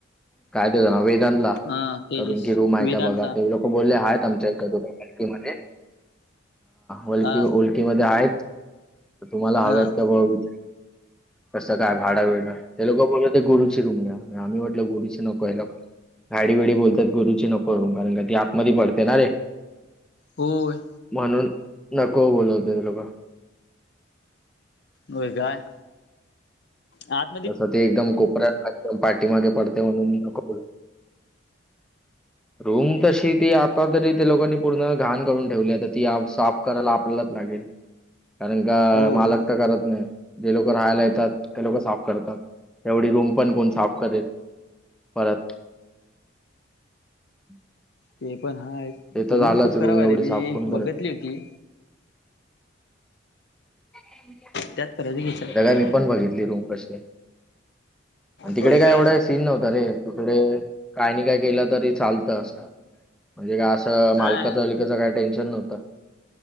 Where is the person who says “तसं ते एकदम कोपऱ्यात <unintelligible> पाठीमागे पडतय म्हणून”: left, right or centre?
Centre